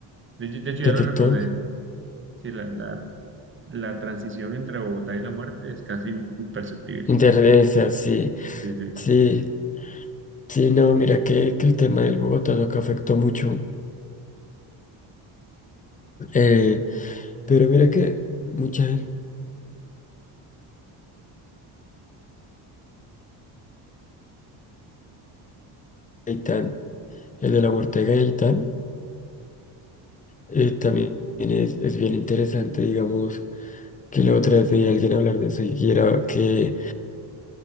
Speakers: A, on the right; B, on the left.
A: de, de hecho
B: de
A: ya lo
B: TikTok.
A: recordé, sí, la, la, la transición entre Bogotá y la muerte es casi imperceptible.
B: Interesa, sí,
A: Sí, sí.
B: sí, sí, no, mira que, que el tema del Bogotá no que afectó mucho, eh, pero mira que mucha gente, Gaitán, el de la muerte de Gaitán, Eh, también es, es bien interesante, digamos, que la otra vez veía a alguien hablar de eso y era que